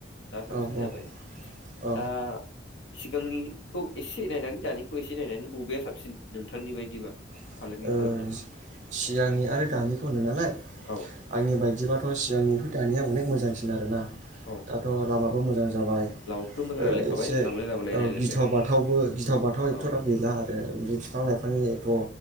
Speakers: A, on the left (about 65°); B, on the right (about 40°).
A: दा साबसिन
B: औ
A: जाबाय
B: औ औ
A: दा सिगांनिखौ एसे नायनानै दानिखौ एसे सि नायनानै बबेया साबसिन नोंथांनि बायदिबा
B: एसे
A: फालांगि खालामनो
B: सि सिगांनि आरो दानिखौ होनदो नालाय
A: औ
B: आंनि बायदिबाथ' सिगांनिफोर दानिया अनेक मोजां आरोना
A: औ
B: दाथ' लामा मोजां जाबाय
A: लामाखौथ' मोजां रायलायखाबाय
B: एसे
A: लांलाय लाबोलाय
B: ओ
A: रायलायबाय
B: गिथाव बाथावबो गिथाव बाथाव
A: औ
B: एथ'ग्राब गैला आरो बि बिफां लाइफांनि एख'